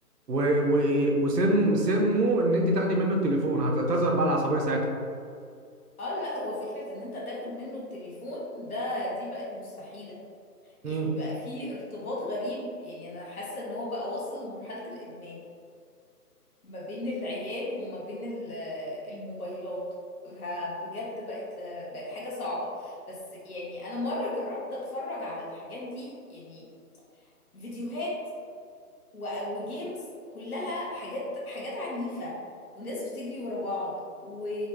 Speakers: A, on the right; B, on the left.
A: و- و- وسم سمه ان انت تاخدي منه التليفون هتظهر بقى العصبيه ساعتها
B: اه لا هو فكرة ان انت تاخد منه التليفون ده دي بقت مستحيلة يعني
A: امم
B: بقى في ارتباط غريب يعني انا حاسة ان هو بقى واصل لمرحلة الادمان ما بين العيال وما بين ال- آه، الموبايلات ها، بجد بقت بقت حاجة صعبة بس يعني انا مرة جربت اتفرج على الحاجات دي يعني فيديوهات و- وجيمز كلها حاجات حاجات عنيفة وناس بتجري ورا بعض و-